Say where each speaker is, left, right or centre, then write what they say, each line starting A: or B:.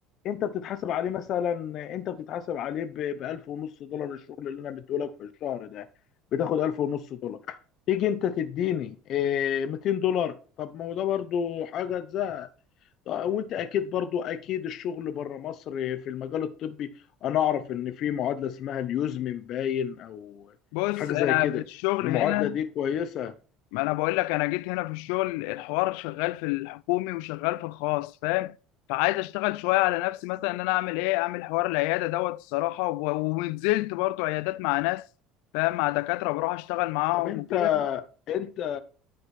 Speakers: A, on the left; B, on the left.
A: انت بتتحاسب عليه مثلا انت بتتحاسب عليه ب 1000 ونص دولار الشغل اللي انا بديهولك في الشهر ده بتاخد 1000 ونص دولار تيجي انت تديني اه، 200 دولار طب ما هو ده برضو حاجه تزهق طب وانت اكيد برضو اكيد الشغل بره مصر في المجال الطبي انا اعرف ان في معادله اسمها اليوزمن باين او
B: بص
A: حاجه
B: انا
A: زي كده
B: في الشغل
A: المعادله
B: هنا
A: دي كويسه
B: ما انا بقول لك انا جيت هنا في الشغل الحوار شغال في الحكومي وشغال في الخاص فاهم فعايز اشتغل شويه على نفسي مثلا ان انا اعمل ايه اعمل حوار العياده دوت الصراحه و- ونزلت برضو عيادات مع ناس فاهم مع دكاتره بروح اشتغل معاهم
A: طب انت
B: وكده
A: انت